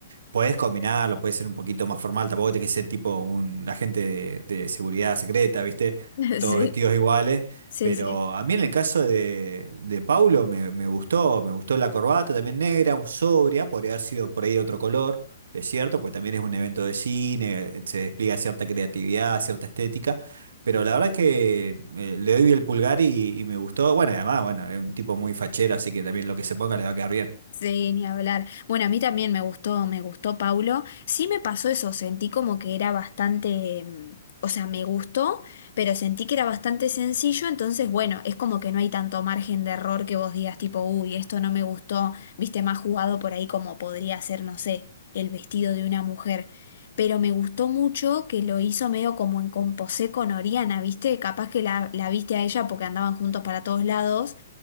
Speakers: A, on the right; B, on the left.
A: Podés combinarlo, puede ser un poquito más formal, tampoco te que ser tipo un agente de, de seguridad secreta, ¿viste?
B: <laughs>
A: Todos
B: Sí,
A: vestidos iguales.
B: sí,
A: Pero
B: sí.
A: a mí en el caso de, de Paulo me, me gustó, me gustó la corbata también negra, sobria, podría haber sido por ahí de otro color, es cierto, pues también es un evento de cine, eh, se despliega cierta creatividad, cierta estética. Pero la verdad es que eh, le doy el pulgar y, y me gustó. Bueno, y además, bueno, es un tipo muy fachero, así que también lo que se ponga le va a quedar bien.
B: Sí, ni hablar. Bueno, a mí también me gustó, me gustó Paulo. Sí me pasó eso, sentí como que era bastante, mm, o sea, me gustó, pero sentí que era bastante sencillo, entonces, bueno, es como que no hay tanto margen de error que vos digas tipo, uy, esto no me gustó, viste, más jugado por ahí como podría ser, no sé, el vestido de una mujer. Pero me gustó mucho que lo hizo medio como en composé con Oriana, viste, capaz que la, la viste a ella porque andaban juntos para todos lados